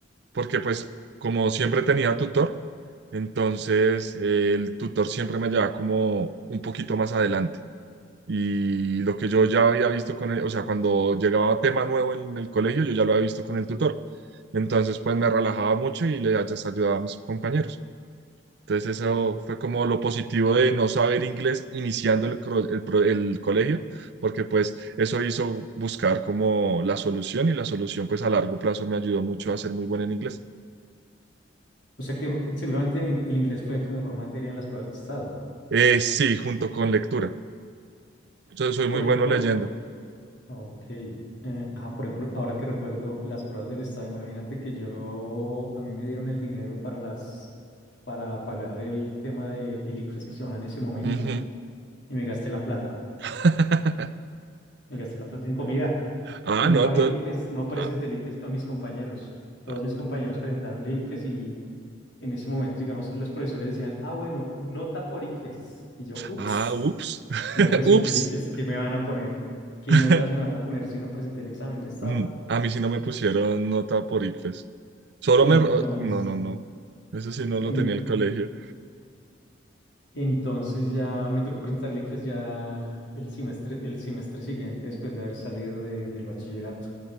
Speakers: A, on the right; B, on the left.
A: porque pues como siempre tenía tutor, entonces eh, el tutor siempre me llevaba como un poquito más adelante. Y lo que yo ya había visto con él, o sea, cuando llegaba tema nuevo en el colegio, yo ya lo había visto con el tutor. Entonces, pues me relajaba mucho y le just ayudaba a mis compañeros. Entonces, eso fue como lo positivo de no saber inglés iniciando el, cro- el pro- el colegio, porque pues eso hizo buscar como la solución y la solución pues a largo plazo me ayudó mucho a ser muy bueno en inglés.
B: O sea que seguramente el el inglés fue tu mejor materia en las pruebas de estado.
A: Eh, sí, junto con lectura. Yo soy
B: Por
A: muy bueno
B: ejemplo,
A: leyendo.
B: ok. eh, ah, por ejemplo, ahora que recuerdo las pruebas del estado, imagínate que yo, a mí me dieron el dinero para las, para pagar el tema de el ICFES que se llamaba en ese momento
A: Ujú.
B: y me gasté la plata.
A: <laughs>
B: Me gasté la plata en comida
A: Ah,
B: y no
A: no,
B: pagué
A: to-
B: el ICFES, no presenté
A: ah,
B: el ICFES con mis compañeros. Todos
A: ah,
B: mis compañeros presentaron el ICFES y en ese momento, digamos que los profesores decían, ah, bueno, nota por ICFES. Y yo, ups.
A: ah, ups,
B: No
A: <laughs>
B: presenté
A: ups.
B: el ICFES, ¿qué me van a poner? ¿Qué
A: <laughs>
B: notas me van a poner si no presenté el examen de estado?
A: Mm, a mí sí no me pusieron nota por ICFES. Solo
B: Entonces,
A: me... ro- No, no, no. Eso sí no lo
B: en-
A: tenía el colegio.
B: entonces ya me tocó presentar el ICFES ya el semestre, el semestre siguiente después de haber salido de- del bachillerato.